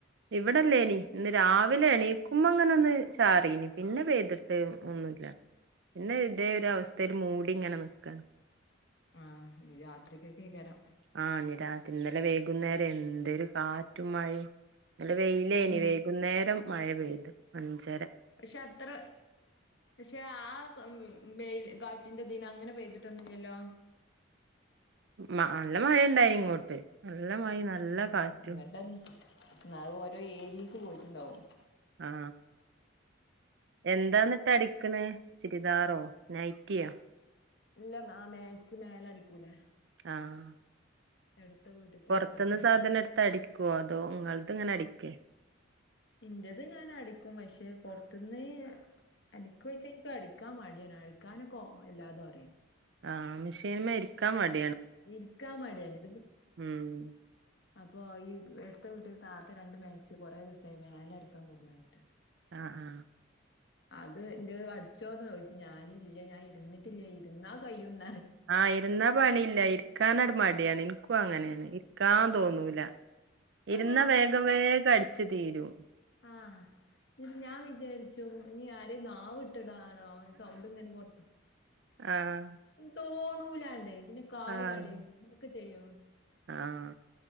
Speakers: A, on the right (about 60°); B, on the left (about 55°).
A: ഇവിടെ ഇല്ലേനി ഇന്ന് രാവിലെ എണീക്കുമ്പോ ഇങ്ങനൊന്നു ചാറീന് പിന്നെ പെയ്തിട്ട് ഒന്നുല്ല ഇന്ന് ഇതേ ഒരു അവസ്ഥയില് മൂടി ഇങ്ങനെ നി ക്കാണ്-
B: ആ രാത്രിക്കൊക്കെ ഇകരം-
A: ആ ഇനി രാത്രി ഇന്നലെ വൈകുന്നേരം എന്തെര് കാറ്റും മഴയും- ഇന്നലെ വെയിലേന്
B: ഉം
A: വൈകുന്നേരം- മഴപെയ്ത് അഞ്ച്
B: പക്ഷേ അത്ര പക്ഷേ ആ <unintelligible> മെയിൽ കാറ്റിന്റെതിന് അങ്ങനെ പെയ്തിട്ടൊന്നുല്ലല്ലോ?
A: മ നല്ല മഴയുണ്ടായിങ്ങോട്ട് നല്ല
B: <unintelligible>
A: മഴയും നല്ല കാറ്റും
B: അത് ഓരോ ഏരിയയ്ക്ക് പോയിട്ടുണ്ടാവും-
A: ആ എന്താണിട്ട് അടിക്കണേ? ചുരിദാറോ നൈറ്റിയൊ?
B: ഇല്ല മാ മാക്സി മേലെ അടിക്കൂലേ?
A: ആഹ്-
B: എടുത്ത വീട്ടത്തെ
A: പൊറത്ത്ന്ന്
B: താത്താന്റെ
A: സാധനം എടുത്തു അടിക്ഒ അതോ നിങ്ങൾ- ഇങ്ങനെ അടിക്കെ
B: ഇന്റത് ഞാൻ അടിക്കും പക്ഷെ പൊറത്തിന്ന് - അടിക്കുച്ച അടിക്കു <unintelligible> അടിക്കാൻ മടിയാണ് അടിക്കാനൊക്കെ എല്ലാതും അറിയും
A: ആഹ് മിഷൻ മേടിക്കാൻ മടി
B: ഇരിക്കാൻ മടിയാണ്
A: ഉം
B: അപ്പൊ അടുത്ത വീട്ടിത്തെ താത്ത രണ്ടു മാക്സി കൊറേ ദിവസമായി മേലെ അടിക്കാൻ കൊണ്ട് വന്നിട്ട്
A: ആആ
B: അത്‌ന്റെ അടിച്ചൊന്ന് ചോദിച്ചു ഞാൻ ഇല്ല ഞാൻ ഇരുന്നിട്ടില്ല ഞാൻ ഇരുന്നാ കൈ ഒന്ന് -
A: ആ ഇരുന്ന പണി ഇല്ലാ ഇരിക്കാന- മടിയാണ് എനിക്കും അങ്ങനെ ആണ് ഇരിക്കാൻ തോന്നും <unintelligible>
B: അപ്പൊ
A: ഇരുന്ന വേഗം വെഗം അടി- ഇത് തീരും
B: ആ ഇത് ഞാൻ വിചാരിച്ചു ഇനി ആരേം നാവ് - ട്ടാണോ സൗണ്ട് ഇങ്ങനെ ഇങ്ങോട്ട്
A: ആഹ്
B: തോന്നുലണ്ടണ്ട് പിന്നെ കാലു
A: ആഹ്
B: കെടയും ഒക്കെ ചെയ്യുമോ
A: ആഹ്